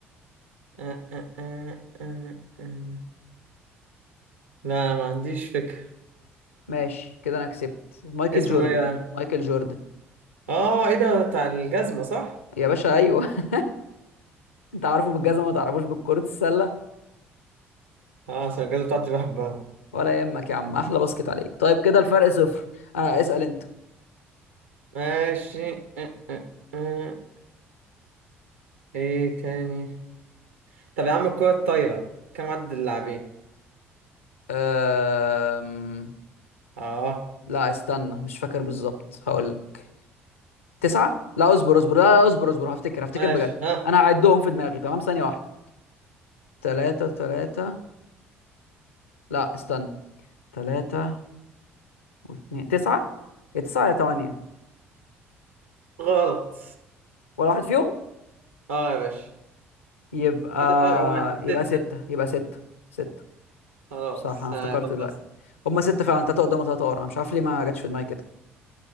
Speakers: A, on the right; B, on the left.
A: أه أه أه أه أه. لا ما عنديش فكرة
B: ماشي كده انا كسبت مايكل
A: اسمه
B: جوردن
A: ايه بقى؟
B: مايكل جوردن
A: اه ايه ده بتاع الجزمة صح؟
B: يا باشا ايوه <laughs> انت عارفه بالجزمة ما تعرفوش بكرة السلة
A: اه عشان الجزء بتاعتي بحبها
B: ولا يهمك يا عم احلى باسكت عليك طيب كده الفرق صفر انا اسأل انت
A: ماشي أه، أه، أه. ايه تاني طب يا عم الكرة الطايرة كم عدد اللاعبين
B: أم...
A: اه
B: لا استنى مش فاكر بالظبط هقول لك تسعة لا اصبر اصبر لا لا، اصبر اصبر هفتكر هفتكر
A: ماشي
B: بجد
A: ها
B: انا هعدهم في دماغي تمام ثانية واحدة تلاتة تلاتة لا استنى تلاتة واتنين تسعة يا تسعة يا تمانية
A: غلط
B: ولا واحد فيهم
A: اه يا باشا
B: يبقى
A: كده فرق واحد
B: يبقى
A: ستة
B: ستة يبقى ستة ستة
A: خلاص
B: صح أنا افتكرت
A: آه، يلا
B: دلوقتي هما ستة فعلا تلاتة قدام وتلاتة ورا أنا مش عارف ليه ما جاتش في دماغي كده